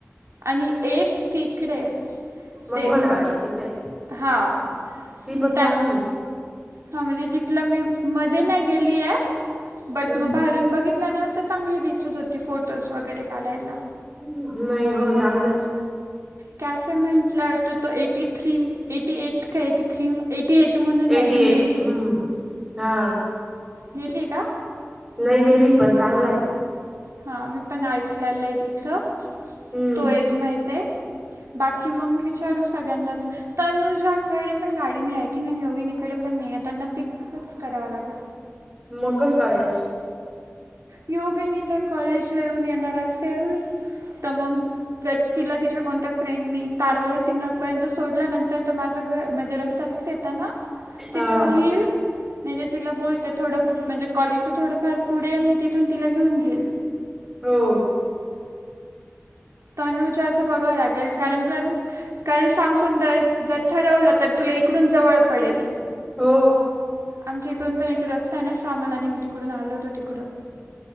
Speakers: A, on the right; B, on the right.
A: आणि एक तिकडे.
B: मग
A: ते
B: मला बादच्या तिथं आहे
A: हा
B: ती
A: मटाय
B: पण चांगली
A: हा म्हणजे तिथलं मी मध्ये नाही गेली आहे
B: हम्म
A: बट मग बाहेरून बघित ना तर चांगली दिसत होती फोटोज वगैरे काढायला.
B: हो होय होय चांगलंच
A: कॅफे म्हटलावर तो तो एटी थ्री एटी एट का एटी थ्री एटी एट म्हणून आयाथिंग
B: एटी एट
A: गेलीय.
B: हम्म हा.
A: गेलीय का.
B: नाही गेली पण चांगलाय.
A: हा मी पण ऐकलाल आहे तिथलं
B: हम्म
A: तो एक माहित आहे. बाकी मग विचारू सगळ्यांना. तनुजाकडे पण गाडी नाही आहे थिंक आणि योगिनीकडे पण नाही आहे त्यांना पिकच करावं लागेल.
B: मग कसं करायचं.
A: योगिनी तर कॉलेजला येऊन येणार असेल तर मग जर तिला तिच्यावा कोणत्या फ्रेंडनी तारवाला सिग्नलपर्यंत सोडल्यानंतर तर माझं घर म्हणजे रस्तत तच येतना.
B: हा
A: तिथून घेईल नाही तर तिला बोलते थोडं म्हणजे कॉलेजच थोडंफार पुढे ये मी तिथून तिला घेऊन घेईल.
B: हो.
A: तनुजाच बघावं लागेल, कारण जर कारण श्याम सुंदर जर ठरवलं, तर तुला इकडून जवळ पडेल.
B: हो
A: आमच्या इकडून पण एक रस्ता आहे ना, श्यामल आणि मी तिकडून आलो होतो तिकडून.